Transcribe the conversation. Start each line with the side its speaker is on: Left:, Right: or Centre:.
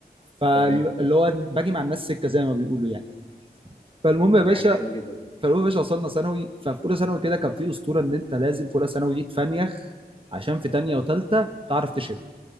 Right: فاللي
Left: تمام
Right: هو باجي مع الناس سكه زي ما بيقولوا يعني فالمهم يا باشا
Left: دي حاجه حلوه جدا
Right: فالمهم يا باشا وصلنا ثانوي ففي اولى ثانوي كده كان في اسطوره ان انت لازم في اولى ثانوي دي تفنيخ عشان في تانية وتالتة تعرف تشد